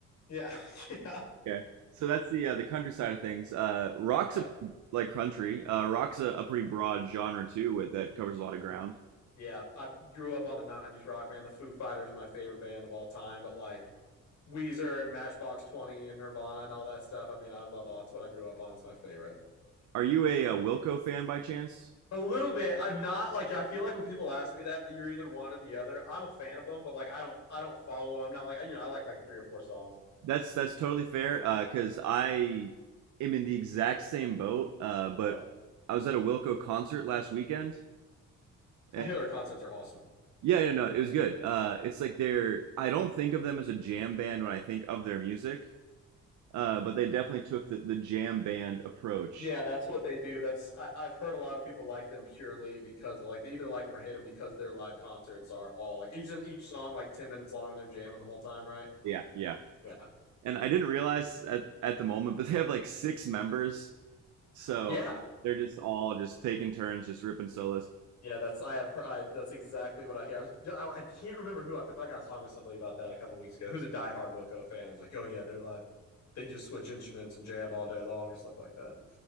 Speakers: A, on the left (about 65°); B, on the right (about 75°).
A: Yeah, <laughs> yeah,
B: Okay, so that's the uh, the country side of things. Uh, rock's
A: yeah,
B: a, like country. Uh, rock's a, a pretty broad genre too, with that covers a lot of ground.
A: yeah. I grew up on the '90s rock, man. The Foo Fighters are my favorite band of all time, but like Weezer and Matchbox Twenty and Nirvana and all that stuff. I mean, I love all. It's what I grew up on. It's my favorite.
B: Are you a, uh Wilco fan by chance?
A: A little bit. I'm not like I feel like when people ask me that you're either one or the other. I'm a fan of them, but like I don't I don't follow them. I'm not like you know I like like three or four songs.
B: That's that's totally fair because uh, I am in the exact same boat. Uh, but
A: Yeah,
B: I was at a Wilco concert last weekend, and
A: I hear their concerts are awesome.
B: yeah, yeah, no, it was good. Uh, it's like they're I don't think of them as a jam band when I think of their music. Uh, but they definitely took the, the jam band approach.
A: Yeah, that's what they do. That's I, I've heard a lot of people like them purely because like they either like them or hate them because their live concerts are all like each each song like ten minutes long and they're jamming the whole time, right?
B: Yeah, yeah.
A: Yeah,
B: And I didn't realize at, at the moment, but they have like six members. So
A: yeah,
B: they're just all just taking turns, just ripping solos.
A: yeah. That's I have heard. I, that's exactly what I hear. I, was, I, I can't remember who. I feel like I was talking with somebody about that a couple weeks ago. Who's a diehard Wilco fan? I was like, oh yeah, they're live. They just switch instruments and jam all day long or stuff like that.